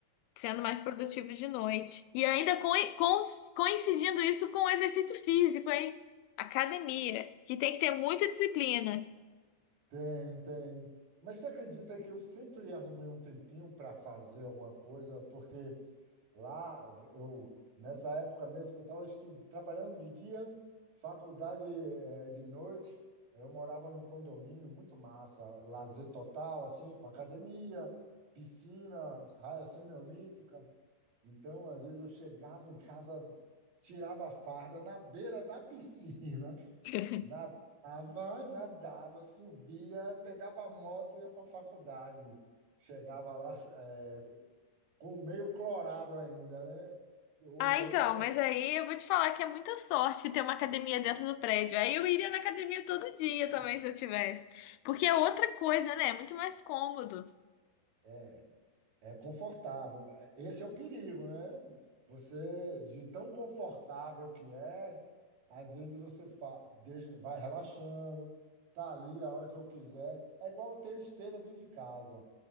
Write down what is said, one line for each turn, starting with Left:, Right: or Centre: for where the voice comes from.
Left: Sendo mais produtivo de noite. E ainda co- co- coincidindo isso com o exercício físico, hein? Academia, que tem que ter muita disciplina.
Right: Tem, tem. Mas você acredita que eu sempre arrumei um tempinho para fazer alguma coisa? Porque lá, eu, nessa época mesmo, que eu estava trabalhando de dia, faculdade eh, de noite, eu morava num condomínio muito massa, lazer total, assim, com academia, piscina, raia semiolímpica. Então, às vezes eu chegava em casa, tirava a farda na beira da piscina
Left: <laughs>
Right: <laughs> na Nadava, nadava, subia, pegava a moto e ia para a faculdade. Chegava lá, eh, com meio clorado ainda, né? Ou
Left: Ah,
Right: então
Left: então,
Right: ia para.
Left: mas aí eu vou te falar que é muita sorte ter uma academia dentro do prédio. Aí eu iria na academia todo dia também
Right: É,
Left: se eu tivesse. Porque é outra coisa, né? É muito mais cômodo.
Right: é é, é confortável. Esse é o perigo, né? Você, de tão confortável que é, às vezes você fa- deixa- vai relaxando, tá ali a hora que eu quiser. É igual ter esteira dentro de casa.